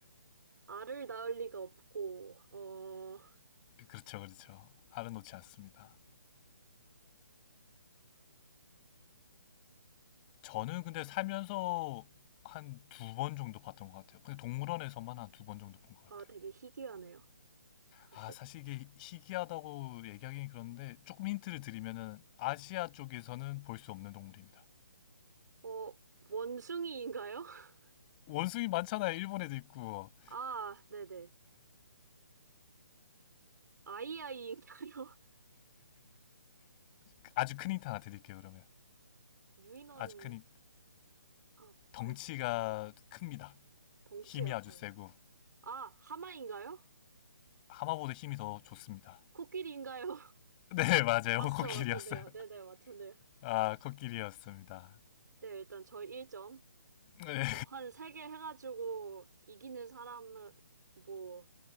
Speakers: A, on the right; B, on the left.
A: 알을 낳을 리가 없고 어어아
B: 그렇죠, 그렇죠. 알아놓지 않습니다. 저는 근데 살면서 한 두 번 정도 봤던 것 같아요. 근데 동물원에서만 한 두 번 정도 본 것 같아요.
A: 되게 희귀하네요, 사실.
B: 아, 사실 이게 희귀하다고 얘기하기는 그런데 조금 힌트를 드리면은 아시아 쪽에서는 볼 수 없는 동물입니다.
A: 어 원숭이인가요? <laughs>
B: 원숭이 많잖아요. 일본에도 있고.
A: 아 네네 아이아이인가요? <laughs>
B: 그 아주 큰 힌트 하나 드릴게요, 그러면.
A: 유인원
B: 아주 큰 힌트.
A: 아
B: 덩치가
A: 발톱
B: 큽니다.
A: 덩치가
B: 힘이 아주
A: 커요.
B: 세고.
A: 아, 하마인가요?
B: 하마보다 힘이 더 좋습니다.
A: 코끼리인가요? <laughs>
B: 네, 맞아요.
A: 아싸,
B: 코끼리였어요.
A: 맞췄네요. 네네, 맞췄네요.
B: 아, 코끼리였습니다.
A: 네, 일단 저 1점.
B: 네,
A: 뭐, 한 3개 해가지고 이기는 사람은, 뭐,